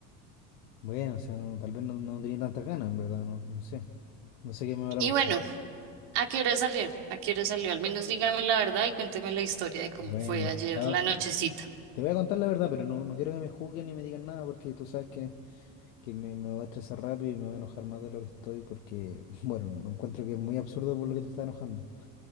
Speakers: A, on the left; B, on the right.
A: Bueno, o sea, no, tal vez no, no tenía tantas ganas, en verdad, no, no sé, no sé qué me habrá
B: Y
A: pasado.
B: bueno. ¿A qué hora salió? ¿A qué hora salió? Al menos dígame la verdad y cuénteme la historia de cómo
A: Bueno,
B: fue ayer
A: estaba-
B: la nochecita.
A: te voy a contar la verdad, pero no, no quiero que me juzguen ni me digan nada porque tú sabes que... que me, me va a estresar rápido y me va a enojar más de lo que estoy porque, <laughs> bueno, no encuentro que es muy absurdo por lo que te está enojando.